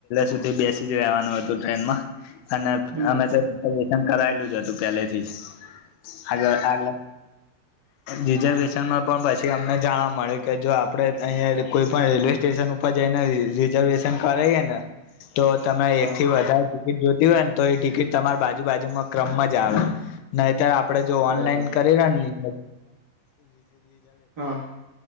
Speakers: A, on the left; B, on the right.
A: સુધી બેસી જ રહેવાનું હતું ટ્રેનમાં. અને
B: હમ
A: અમે તો રિઝર્વેશન કરાયેલું જ હતું પેલેથી આગળ આગ રિઝર્વેશનમાં પણ પછી અમને જાણવા મળ્યું કે જો આપડે અહીંયા કોઈ પણ રેલ્વે સ્ટેશન ઉપર જઈને રિઝર્વેશન કરેએ ને તો તમે
B: હા
A: એક થી વધારે ટિકિટ જો હોય ને તો એ ટિકિટ તમારી બાજુ બાજુમાં ક્રમ માં જ આવે ન ત્યારે આપડે જો ઓનલાઈન
B: બરાબર
A: કરીયે ની
B: હા